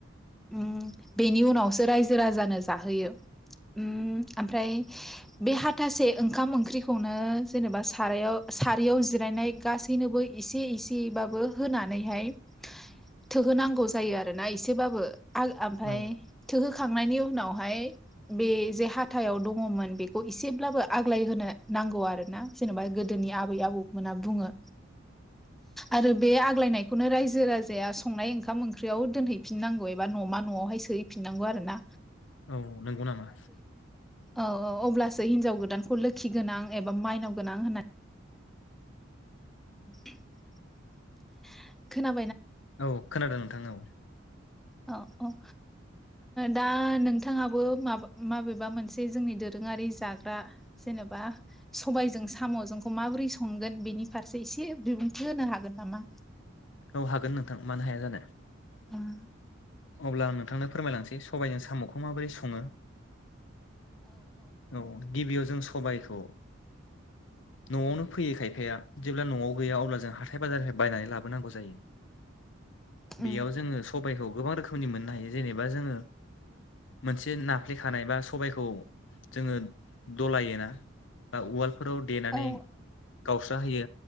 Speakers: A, in the centre; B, on the left.
A: ओम बेनि उनावसो रायजो राजानो जाहोयो ओम ओमफ्राय बे हाथासे ओंखाम ओंख्रिखौनो जेनेबा सारायाव सारियाव जिरायनाय गासैनोबो एसे इसेयैबाबो होनानैहाय थोहोनांगौ जायो आरोना एसेबाबो आल ओमफाय
B: औ
A: थोहोखा खांनायनि उनावहाय बे जे हाथायाव दङमोन बेखौ एसेब्लाबो आग्लाय होनो नांगौ आरोना जेनेबा गोद गोदोनि आबै आबौमोना बुङो आरो बे आग्लायनायखौनो रायजो राजाया संनाय ओंखाम ओंख्रियाव दोनहैफिननांगौ एबा न'मा न'आवहाय सोहैफिननांगौ आरो ना।
B: औ नंगौ नामा?
A: औ औ अब्लासो हिन्जाव गोदानखौ लोखि गोनां एबा माइनाव गोनां होननानै <unintelligible> खोना
B: औ खोनादों नोंथां औ
A: औ औ ओ दा नोंथाङाबो माब माबेबा मोनसे जोंनि दोरोङारि जाग्रा जेनेबा सबायजों साम'जोंखौ माबोरै संगोन बेनि फारसे इसे बिबुंथि होनो हागो हागोन नामा
B: औ हागोन नोंथां मानो हाया जानो।
A: ओं
B: अब्ला आं नोंथांनो फोरमायलांसै सबायजों साम'खौ माबोरै सङो। औ गिबियाव जों सबायखौ न'आवनो फैयो खायफाया जेब्ला न'आव गैया अब्ला जों हाथाय बाजारनिफ्राय बायनानै लाबोनांगौ जायो।
A: उम
B: बेयाव जोङो सबायखौ गोबां रोखोम रोखोमनि मोननो हायो जेनेबा जोङो मोनसे नाफ्लेखानाय बा सबायखौ जोङो दलायोना बा उवालफोराव देनानै
A: औ
B: गावस्रा होयो।